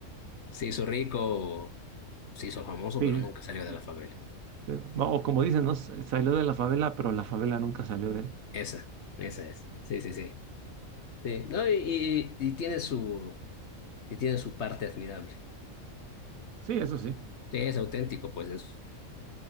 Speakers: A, on the left; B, on the right.
A: se hizo rico, se hizo famoso,
B: sí.
A: pero nunca salió de
B: eh,
A: la favela.
B: Sí, O o como dicen, ¿no? S- Salió de la favela, pero la favela nunca salió de él.
A: Esa, esa es. Sí, sí, sí. Sí, no, y, y, y tiene su... y tiene su parte admirable.
B: Sí, eso sí.
A: Sí, Es auténtico, pues es,